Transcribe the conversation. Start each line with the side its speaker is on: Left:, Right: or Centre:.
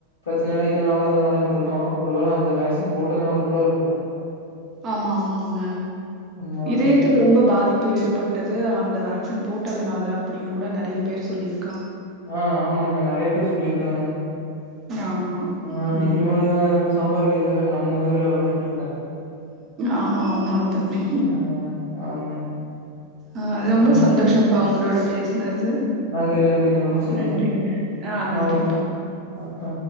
Left: பிரச்சனலா இதனால அதனாலன்ட்ருக்கு ஒருவேள அந்த வேக்சின் போட்டதுனால கூட இருக்கு
Right: ஆமா ஆமாங்க
Left: உண்மதாங்க.
Right: இதயத்துக்கு ரொம்ப பாதிப்பு ஏற்பட்டது அந்த வே சின் போட்டதுனால அப்டின்னு கூட நெறயா பேரு சொல்லிரு
Left: ஆஹ் ஆமாங்க நெறய பேரு ச் சொல்லிருக்காங்க
Right: ஆமா.
Left: அ
Right: ம்.
Left: இவங்க சம்பாரிக்காக நம்ம உயிர்ல வெளயான்ட்ருக்காங்க
Right: ஆமா ஆமா தம்பி
Left: ஆ ஆமாங்க.
Right: அ ரொம்ப
Left: ம்.
Right: சந்தோஷம்ப்பா உங்களோட பேச் ந து
Left: நன்றி, நன்றிங்க. ரொம்ப சந்தோஷங்க.
Right: நன்றிங்க அ நன்றிப்பா
Left: ஆ ஓகே. அ ஆ.